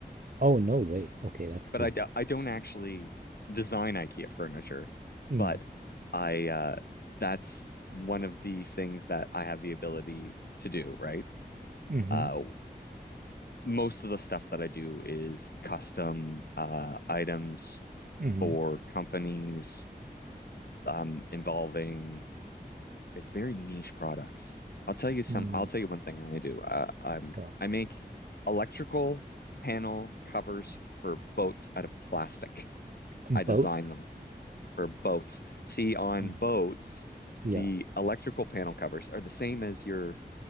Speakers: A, on the right; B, on the left.
A: Oh, no way. Okay, that's cool.
B: but I, do, I don't actually design IKEA furniture,
A: Mm,
B: but I uh, that's one of the things that I have the ability to do, right?
A: mm-hmm,
B: Uh, most of the stuff that I do is custom uh, items
A: mm-hmm,
B: for companies um, involving it's very niche products. I'll tell you some.
A: mm.
B: I'll tell you one thing I do. Uh, I'm
A: Go on.
B: I make electrical panel covers for boats out of plastic.
A: Mm,
B: I design
A: Boats?
B: them. for boats. See, on
A: Dang.
B: boats,
A: Yeah,
B: the electrical panel covers are the same as your